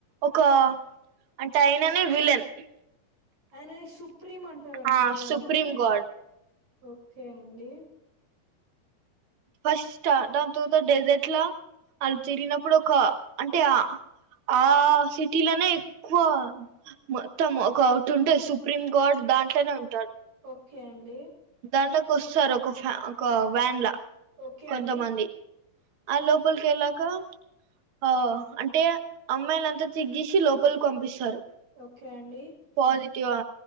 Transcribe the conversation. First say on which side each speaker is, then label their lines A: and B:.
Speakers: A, on the right; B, on the right.
A: ఒక అంటే అయిననే విలన్
B: అయనాని సుప్రీం అంటారు అనుకుంటా
A: ఆ
B: గాదండి
A: సుప్రీం గాడ్
B: ఓకే అండి
A: ఫస్ట్ ఆ దాన్ తార్వత డెజర్ట్ లా ఆళ్ తిరిగినప్పుడు ఒక ఆ అంటే ఆ ఆ సిటీలోనే ఎక్కువ మొత్తం ఒక టూటాది సుప్ ప్రిమ్ గోడ్ దాంట్లోనె ఉంటాడ్
B: ఓక్కే అండి
A: దాంట్లోకొస్సారు ఒక ఫ్యా ఒక వ్యాన్ల
B: ఓకే
A: కొంతమంది
B: అండి
A: అ లోపల్కెళ్ళాక ఆ అంటే అమ్మాయ్లంత చెగ్జేషి లోపల్కి పంపిస్తారు.
B: ఓకే అండి
A: పాజిటివ్వ